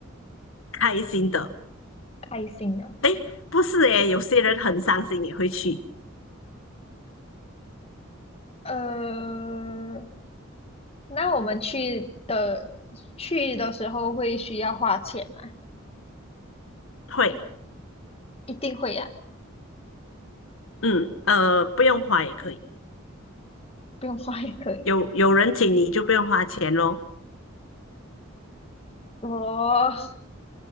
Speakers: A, on the left; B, on the left.
A: 开心的，
B: 开心的。
A: 诶，不是诶，有些人很伤心也会去，
B: 呃，那我们去的去的时候会需要花钱吗？
A: 会，
B: 一定会呀、
A: 嗯，呃，不用花也可以。
B: 不用花也可以。
A: 有有人请你就不用花钱咯。
B: 我